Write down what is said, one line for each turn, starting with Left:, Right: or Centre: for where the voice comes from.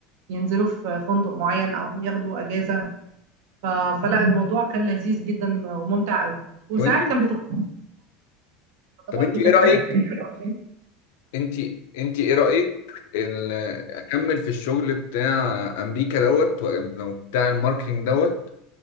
Right: ينزلوا في فندق معين او ياخدوا اجازة ف... فلا الموضوع كان لذيذ جدا وممتع قوي وساعات
Left: طب انت
Right: كان بيتخصص برضو
Left: طب انت
Right: كانت
Left: ايه رأيك
Right: حاجة كويسة.
Left: انت انت ايه رأيك ال- اكمل في الشغل بتاع امريكا دوت ولا بتاع الماركتينج دوت